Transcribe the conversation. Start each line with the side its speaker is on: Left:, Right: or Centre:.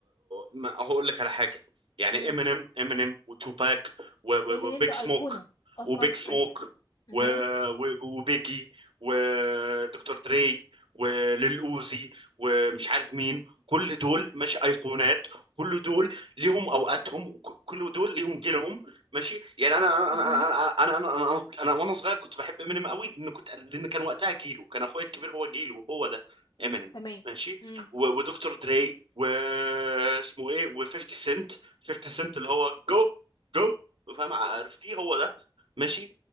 Right: ما- هقول لك على حاجه يعني
Left: امم
Right: امينيم امينيم وتوباك و- و-
Left: امينيم
Right: وبيج
Left: ده
Right: سموك
Left: ايقونه اصلا
Right: وبيج سموك
Left: اي اها
Right: و- و- وبيجي ودكتور دري وليل اوزي ومش عارف مين كل دول مش ايقونات كل دول ليهم اوقاتهم وك- كل دول ليهم جيلهم ماشي يعني انا
Left: اها
Right: انا انا انا انا انا, أنا, أنا وانا صغير كنت بحب امينيم قوي لان كنت لان كان وقتها جيله كان اخويا الكبير هو جيله هو ده امينيم
Left: تمام
Right: ماشي
Left: امم
Right: و- ودكتور دري واسمه ايه و50 سنت 50 سنت اللي هو جو جو فاهم عرفتيه هو ده ماشي